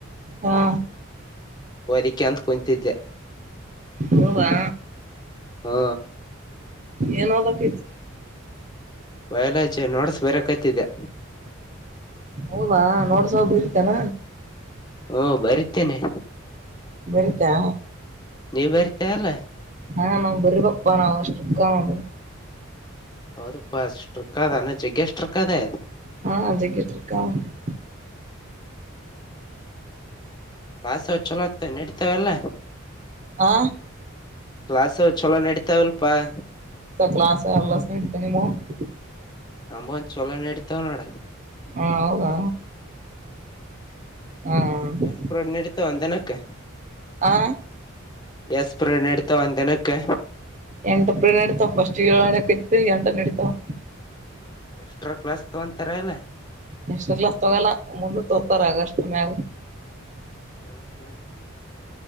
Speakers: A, on the right (about 35°); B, on the left (about 20°).
A: ಹಾ,,
B: ಓದಿಕೆ ಅಂತ ಕುಂತಿದ್ದೆ
A: ಹೌದಾ,
B: ಹಾ,,
A: ಏನ ಓದಕತ್ತಿ,
B: ಬಯಾಲಜಿ ನೋಟಸ್ ಬರಕತಿದ್ದ.
A: ಹೌದಾ, ನೋಡ್ಸಬರತೇನ.
B: ಹ್ಮ, ಬರಿತೀನಿ-
A: ಬರಿತಾ
B: ನೀ ಬರ್ತಾ ಇಲ್ಲ.
A: ಹಾ, ನಮ್ ಬರಿ ಪಪ್ಪಾ ನಾವು ಷ್ಟಿಕ್ಕಾನ,.
B: ಹೌದು, <unintelligible> ಬಸ್ ಷ್ಟ್ರಿಕಾದಾನ ಜಗ ಷ್ಟ್ರಿಕ್ ಕಾದಾಯ.
A: ಹಾ ಜಗ್ಗೆ ಸ್ಟ್ರಿಕ್ಟ್
B: ಲಾಸಚ್ಚೋಲ್ಲ ಎಡಿ <unintelligible> ಮತ್ತೆಅವೆಲ್ಲ.
A: ಆ,,
B: ಕ್ಲಾಸ್ ಛಲೋ ನಡತಾವಲ್., -ಪ್ಪಾಯ,
A: ಕ್ಲಾಸ ಎಲ್ಲಾಸ ನಡಿತವ‌ ನಿಮ್ಮದು.
B: ನಂಬುವು ಚೊಲೋ ನಡತಾವ್ ನೋಡ, -
A: ಹಾ, ಹೌದಾ. ಹ್ಮ
B: ಎಷ್ಟು ಪ್ರಿಯಡ್ ನಡೀತವ ಒಂದು ದಿನ, - ಓಕೆ
A: ಆ,,
B: ಎಸ್ <inaudible> ಒಂದ್ ದಿನಕ್ಕೆ
A: ಎಂಟು ಪ್ರೈಡ್ ನಡಿತಾವ, ಪಷ್ಟಿಗೆಏಳ್, ಎಂಟು <inaudible>
B: ಎಕ್ಸ್ಟ್ರಾ ಕ್ಲಾಸ್ ತಗೊತರ ಇಲ್ಲ.
A: ಎಕ್ಷ್ಟಾಕ್ಲಾಸ್ ತಗೋಲ್ಲ ಮುಂದ ತೋತಾರ ಆಗಷ್ಟ ಮ್ಯಾಗ. -
B: ಹ್ಮ, ಹ್ಮ್,,